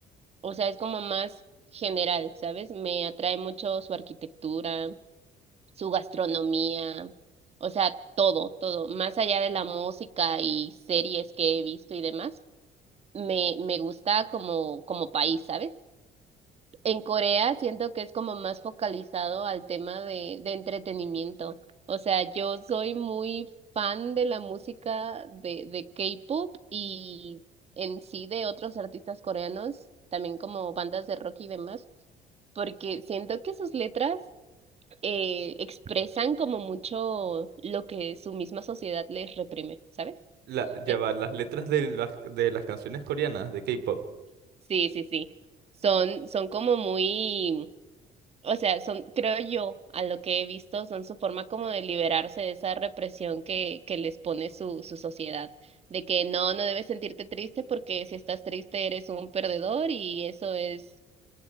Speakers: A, on the right; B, on the right.
A: O sea, es como más general, ¿sabes? Me atrae mucho su arquitectura, su gastronomía, o sea, todo, todo. Más allá de la música y series que he visto y demás, me, me gusta como, como país, ¿sabes? En Corea siento que es como más focalizado al tema de, de entretenimiento. O sea, yo soy muy fan de la música de, de K-pop y en sí de otros artistas coreanos, también como bandas de rock y demás, porque siento que sus letras eh, expresan como mucho lo que su misma sociedad les reprime, ¿sabes?
B: La, ya
A: Eh,
B: va, las letras de las, de las canciones coreanas de K-pop.
A: Sí, sí, sí. Son, son como muy O sea, son, creo yo, a lo que he visto, son su forma como de liberarse de esa represión que, que les pone su, su sociedad, de que no, no debes sentirte triste porque si estás triste eres un perdedor y eso es,